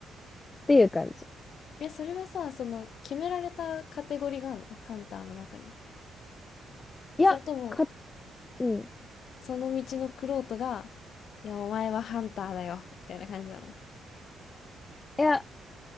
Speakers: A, on the left; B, on the left.
A: ていう感じ。
B: え、それはさ、その、決められたカテゴリーがあるのハンターの中に。
A: いや、
B: それとも、
A: か、うん。い
B: その道の玄人が、いや、お前はハンターだよ、みたいな感じなの。
A: や、